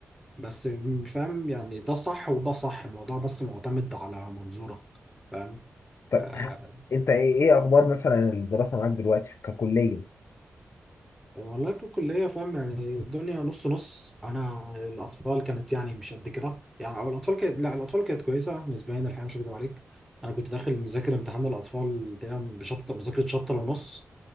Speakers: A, in the centre; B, on the left.
A: بس مش فاهم يعني ده صح وده صح الموضوع بس معتمد على منظورك فاهم
B: طب
A: آه،
B: ه- انت ايه ايه اخبار مثلا الدراسه معاك دلوقتي ككليه
A: والله ككلية فاهم يعني الدنيا نص نص أنا الأطفال كانت يعني مش قد كده يعني أو الأطفال كانت لا الأطفال كانت كويسة نسبيا الحقيقة مش هكدب عليك أنا كنت داخل مذاكر امتحان الأطفال تقريبا بشابتر مذاكرة شابتر ونص